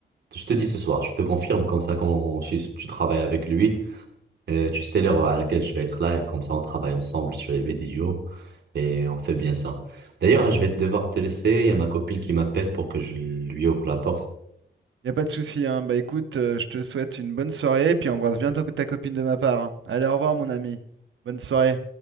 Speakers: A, on the right (about 60°); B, on the right (about 80°).
A: Je te dis ce soir, je te confirme, comme ça quand tu, tu travailles avec lui, euh, tu sais l'heure à laquelle je vais être là, et comme ça on travaille ensemble sur les vidéos, et on fait bien ça. D'ailleurs, là, je vais devoir te laisser, il y a ma copine qui m'appelle pour que je lui ouvre la porte.
B: Y a pas de souci. Hein. Bah écoute, euh, je te souhaite une bonne soirée. Puis embrasse bien ta ta copine de ma part. hein. Allez, au revoir, mon ami. Bonne soirée.